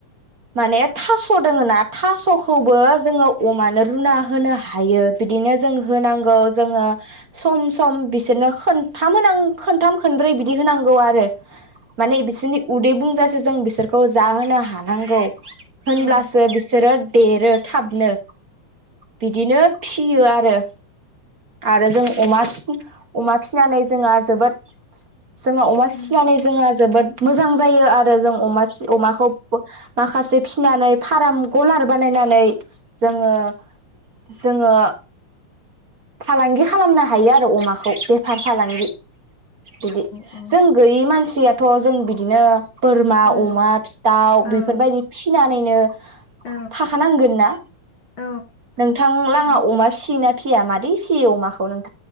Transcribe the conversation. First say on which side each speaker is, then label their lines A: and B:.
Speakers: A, on the right (about 35°); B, on the left (about 45°).
A: माने थास दोङोना थासखौबो जोंङो अमानो रुना होनो हायो बिदिनो जों होनांगौ जोंङो सम सम बिसोरनो खोन्थाम होनां खोन खोन्थाम खोनब्रै बिदि होनांगौ आरो माने बिसोरनि उदै बुंजा जों बिसोरखौ जाहोनो हानांगौ होनब्लासो
B: औ ओ औ
A: बिसोरो देरो थाबनो बिदिनो फियो आरो आरो जों अमा फि अमा फिसिनानै जोंङा जाबोद जोङो अमा फिसिनानै
B: औ
A: जोङा जोबोद मोजां जायो आरो जों अमा फिसि अमाखौ बो माखासे फिसिनानै फाराम गलार बानायनानै जोङो जोङो फालांगि खालामना थायो आरो अमाखौ अ बेफार फालां बिदि
B: औ
A: जों गैयि मानसि <unintelligible> याथ जों बिदिनो बोरमा
B: ओ
A: अमा फिथाव
B: औ
A: बेफोरबायदि फिसिनानै बिनो
B: औ
A: थाखानांगोन ना
B: औ
A: नोंथां लाङा
B: अ
A: अमा फिसि फियो ना फिया मादै फियो अमाखौ नों